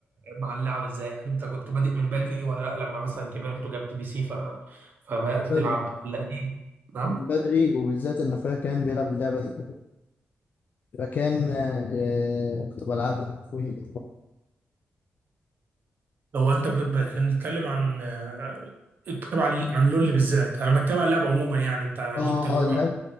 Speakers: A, on the right (about 50°); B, on the left (about 50°).
A: مع اللعب ازاي يعني انت كنت بادئ من بدري ولا لا لما مثلا كبرت وجبت بي سي ف... فبدأت تلعب
B: بدري
A: ولا ايه نعم
B: من بدري وبالذات ان اخويا كان بيلعب اللعبه دي فكان آه، آه، كنت بلعبها مع اخويا كده
A: هو انت ب... ب... احنا بنتكلم عن آه، بنتكلم عن عن لول بالذات انا بتكلم عن اللعب عموما يعني انت
B: اه
A: ليك تجربه
B: اه اللعبه